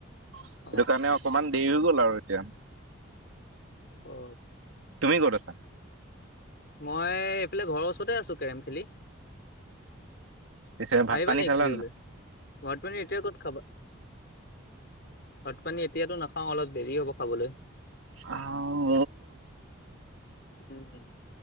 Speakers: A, on the right; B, on the left.
A: সেইটো
B: অ
A: কাৰণে অকমান দেৰি হৈ গ'ল আৰু এতিয়া।
B: অ।
A: তুমি ক'ত আছা?
B: মই এইফালে ঘৰৰ ওচৰতে আছো কেৰম খেলি।
A: পিছে ভাত
B: আহিবা
A: পানী
B: নেকি
A: খালা
B: খেলিবলৈ?
A: নাই
B: ভাত পানী এতিয়া ক'ত খাবা? ভাত পানী এতিয়াতো নাখাও অলপ দেৰি হ'ব খাবলৈ।
A: অঁ
B: উম উম।